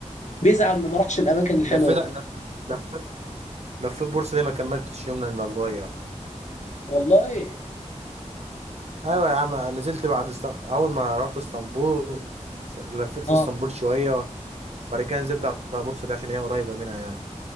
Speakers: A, on the left (about 70°); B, on the right (about 60°).
A: بيزعل ما ما راحش الاماكن الحلوه
B: لفيت
A: دي
B: لف- لفيت لفيت بورصة دي ما كملتش يوم لأني صغير
A: والله
B: ايوه يا عم نزلت بعد است... اول ما رحت اسطنبول س- لفيت
A: اه
B: اسطنبول شوية وبعد كده نزلت على بورصة دي عشان هي قريبة منها يعني